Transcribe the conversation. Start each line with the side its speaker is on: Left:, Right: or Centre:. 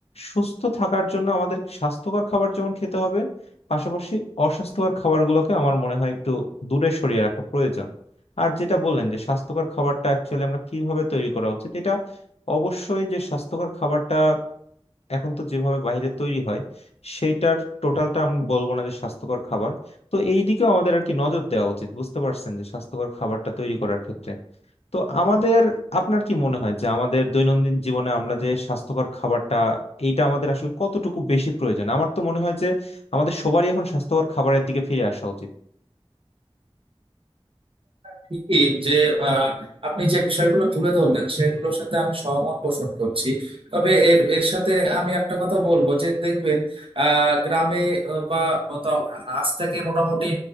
Left: সুস্থ থাকার জন্য আমাদের স্বাস্থ্যকর খাবার যেমন খেতে হবে পাশাপাশি অস্বাস্থ্যকর খাবারগুলোকে আমার মনে হয় একটু দূরে সরিয়ে রাখা প্রয়োজন আর যেটা বললেন যে স্বাস্থ্যকর খাবারটা অ্যাকচুয়ালি আমরা কিভাবে তৈরি করা উচিত এটা অবশ্যই যে স্বাস্থ্যকর খাবারটা এখন তো যেভাবে বাইরে তৈরি হয় সেইটার টোটালটা আমি বলবো না যে স্বাস্থ্যকর খাবার তো এই দিকেও আমাদের আর কি নজর দেওয়া উচিত বুঝতে পারছেন যে স্বাস্থ্যকর খাবারটা তৈরি করার ক্ষেত্রে তো আমাদের আপনার কি মনে হয় যে আমাদের দৈনন্দিন জীবনে আমরা যে স্বাস্থ্যকর খাবারটা এইটা আমাদের আসলে কতটুকু বেশি প্রয়োজন আমার তো মনে হয় যে আমাদের সবারই এখন স্বাস্থ্যকর খাবারের দিকে ফিরে আসা উচিত
Right: ঠিকই যে আহ, আপনি যে বিষয়গুলো তুলে ধরলেন সেগুলোর সাথে আমি সহমত পোষণ করছি তবে এর এর সাথে আমি একটা কথা বলবো যে দেখবেন আহ, গ্রামে আহ, বা তা- আজ থেকে মোটামুটি